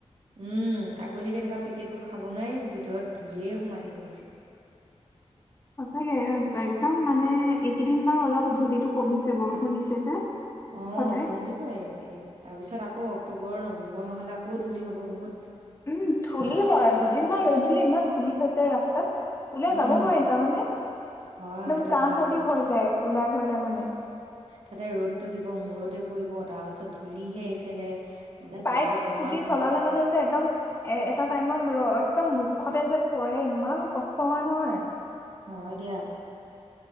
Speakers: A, on the right (about 65°); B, on the left (about 25°).
A: উম আগতীয়াকে থকা পেকেটবোৰ খাব নোৱাৰি। ভিতৰত ধূলিয়ে সোমাই থাকে বেছি।
B: সচাগে একদম মানে এইকেইদিন বাৰু অলপ ধূলিটো কমিছে বৰষুণ দিছে যে।
A: অ'
B: সদায়
A: কমিব এইকেইদিন তাৰপিছত আকৌ অক্টোবৰ নৱেম্বৰ মাহলৈ আকৌ ধূলি হ'ব বহুত।
B: উম ধূলি হয়। দুদিনমান ৰ'দ দিলে ইমান ধূলি হৈ যায় ৰাস্তাত। ওলাই
A: উম,
B: যাব নোৱাৰি জানানে? একদম
A: হয়, এইটো
B: কাহ
A: হয়
B: চৰ্দি
A: বাৰু।
B: হৈ যায় ওলাই গলে মানে।
A: তাতে ৰ'দটো দিব মূৰতে পৰিব, তাৰ পাছত ধূলিহে এইফালে। মানে
B: বাইক,
A: জ্বৰ,
B: স্কুটি
A: বেমাৰ
B: চলালে
A: হৈ
B: মানে যে এদম এ এটা টাইমত ৰ একদম মুখতে যে পৰে ইমান কষ্ট হয় নহয়।
A: হয় দিয়া!